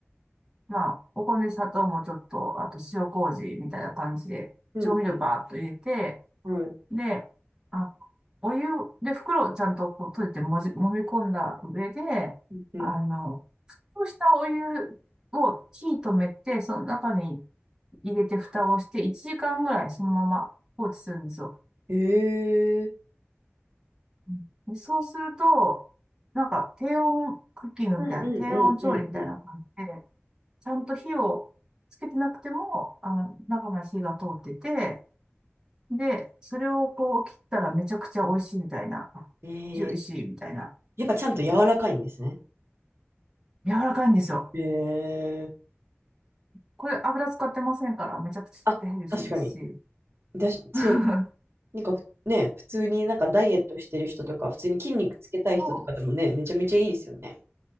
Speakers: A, on the right (about 15°); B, on the right (about 60°).
A: まあ、お米、砂糖もちょっと、あと塩麹みたいな感じで、
B: うんうん。
A: 調味料バーっと入れて、
B: はい。
A: で、あ、お湯で袋をちゃんとこう閉じてもじ、揉み込んだ上で、
B: うんうん。
A: あの、そうしたお湯を火止めて、その中に入れて蓋をして1時間ぐらいそのまま放置するんですよ。
B: へえ。
A: うんでそうすると、なんか低温クッキングみたいな、
B: うんうんうんうんう
A: 低温調理みたいな感じで、ちゃんと火をつけてなくても、あの、中まで火が通ってて、で、それをこう切ったらめちゃくちゃ美味しいみたいな。
B: ん。えー、
A: ジューシーみたいな。
B: やっぱちゃんと柔らかいんですね。
A: うん。柔らかいんですよ。
B: へえ
A: これ油使ってませんからめちゃくちゃヘルシーですし。
B: あ、確かに。だし、
A: <laughs>
B: そう、
A: あ
B: なんかね、普通になんかダイエットしてる人とか、普通に筋肉つけたい人とかでもね、
A: そう、
B: めちゃめちゃいいですよね。